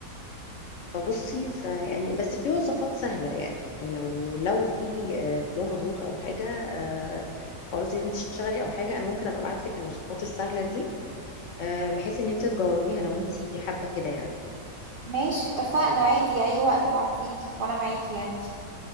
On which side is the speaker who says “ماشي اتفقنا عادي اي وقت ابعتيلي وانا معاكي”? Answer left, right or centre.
Right